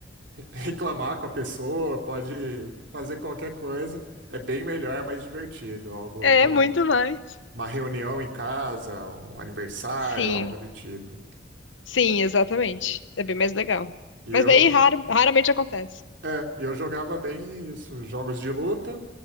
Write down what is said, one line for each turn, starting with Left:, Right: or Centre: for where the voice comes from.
Right: <laughs> reclamar com a pessoa, pode fazer qualquer coisa, é bem melhor, é mais divertido, algo
Left: É
Right: como
Left: muito mais.
Right: uma reunião em casa, um aniversário,
Left: Sim,
Right: algo do tipo.
Left: sim, exatamente. É bem mais legal.
Right: E
Left: Mas
Right: eu
Left: daí raro, raramente acontece.
Right: É, e eu jogava bem isso, jogos de luta